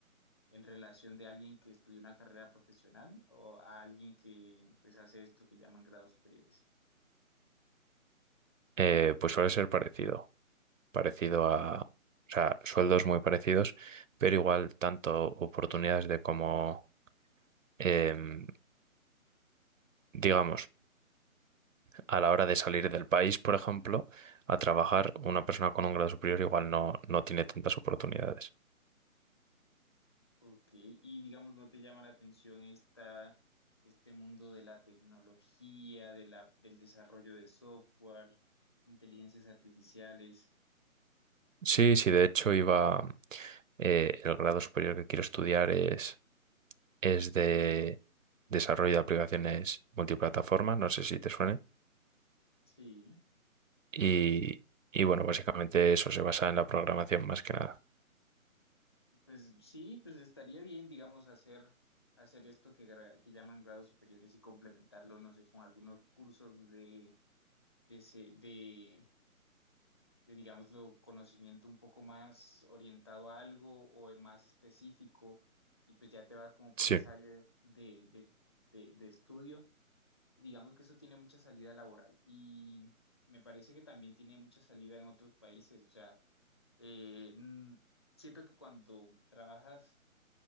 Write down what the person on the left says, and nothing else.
en relación de alguien que estudió una carrera profesional o a alguien que pues hace esto que llaman grados superiores?
Ok, y digamos, ¿no te llama la atención esta, este mundo de la tecnología, de la, del desarrollo de software, inteligencias artificiales?
Sí,
pues sí, pues estaría bien, digamos, hacer, hacer esto que, gra- que llaman grados superiores y complementarlo, no sé, con algunos cursos de, de, se- de, de, digámoslo, conocimiento un poco más orientado a algo o es más específico, y pues ya te vas como por
esa área de, de, de, de estudio. Y digamos que eso tiene mucha salida laboral y me parece que también tiene mucha salida en otros países, o sea, eh, n- siento que cuando trabajas